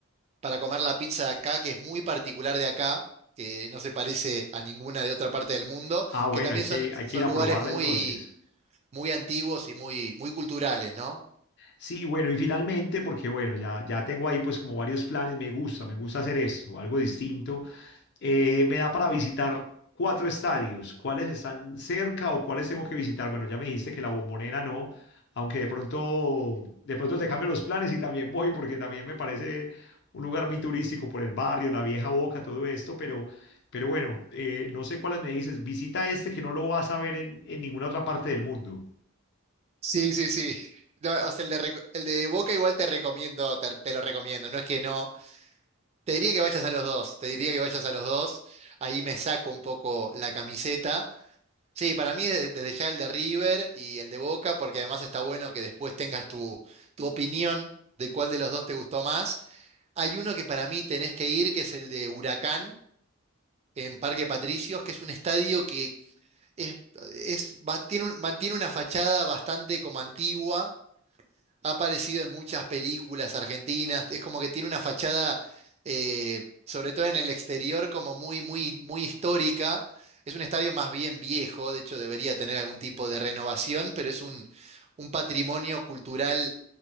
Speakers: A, on the right; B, on the left.
A: para comer la pizza de acá, que es muy particular de acá, que no se parece a ninguna de otra parte del mundo,
B: Ah, bueno,
A: que también
B: hay que,
A: son, son
B: hay que ir a
A: lugares
B: probarla
A: muy,
B: entonces.
A: muy antiguos y muy, muy culturales, ¿no?
B: Sí, bueno, y finalmente, porque bueno, ya, ya tengo ahí pues como varios planes, me gusta, me gusta hacer esto, algo distinto, eh, me da para visitar cuatro estadios, ¿cuáles están cerca o cuáles tengo que visitar? Bueno, ya me dijiste que la Bombonera no, aunque de pronto, de pronto te cambio los planes y también voy porque también me parece un lugar muy turístico por el barrio, la Vieja Boca, todo esto, pero, pero bueno, eh, no sé cuáles me dices, visita este que no lo vas a ver en, en ninguna otra parte del mundo.
A: Sí, sí, sí. No, o sea, el de, Reco- el de Boca igual te recomiendo, te, te lo recomiendo, no es que no. Te diría que vayas a los dos, te diría que vayas a los dos. Ahí me saco un poco la camiseta. Sí, para mí desde, desde ya el de River y el de Boca, porque además está bueno que después tengas tu, tu opinión de cuál de los dos te gustó más. Hay uno que para mí tenés que ir, que es el de Huracán en Parque Patricios, que es un estadio que es, es- va- tiene un- mantiene una fachada bastante como antigua, ha aparecido en muchas películas argentinas, es como que tiene una fachada, eh, sobre todo en el exterior, como muy, muy, muy histórica. Es un estadio más bien viejo, de hecho debería tener algún tipo de renovación, pero es un, un patrimonio cultural